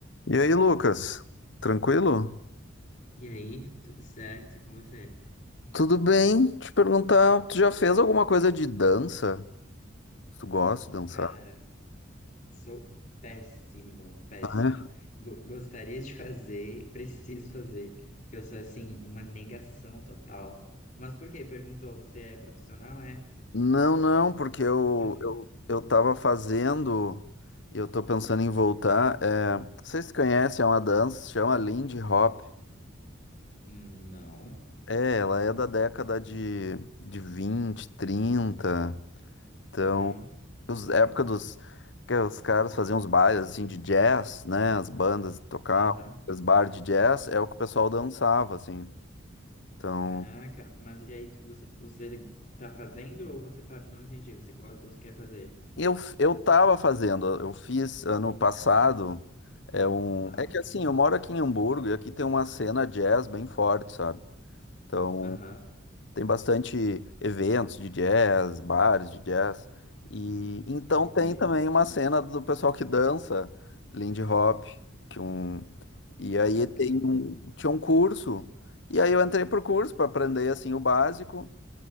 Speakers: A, on the left; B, on the left.
A: E aí, Lucas? Tranquilo?
B: E aí, tudo certo? E com você?
A: Tudo bem? Te perguntar, tu já fez alguma coisa de dança? Tu gosta de dançar?
B: Cara, sou péssimo, péssimo.
A: Ah, é?
B: Go- gostaria de fazer, preciso fazer, porque eu sou assim, uma negação total. Mas por quê? Perguntou, você é profissional, é?
A: Não, não, porque eu,
B: <laughs>
A: eu, eu tava fazendo e eu tô pensando em voltar. É, não sei se tu conhece, é uma dança, se chama Lindy Hop.
B: Não.
A: É, ela é da década de, de 20, trinta, Então,
B: Ah.
A: Os, a época dos que os caras faziam os bailes assim de jazz, né? As bandas tocavam,
B: Aham.
A: os bar de jazz é o que o pessoal dançava assim. Então,
B: Caraca, mas e aí, tu- você, você tá fazendo ou você pa- não entendi, você gosta, você quer fazer?
A: eu eu tava fazendo, eu fiz ano passado é um
B: Ah,
A: é que
B: ok.
A: assim, eu moro aqui em Hamburgo e aqui tem uma cena jazz bem forte, sabe? Então,
B: Aham,
A: tem bastante eventos de jazz, bares de jazz e então
B: entendi.
A: tem também uma cena do pessoal que dança Lindy Hop, que um E aí
B: Bacana.
A: tem um, tinha um curso, e aí eu entrei por curso para aprender assim o básico,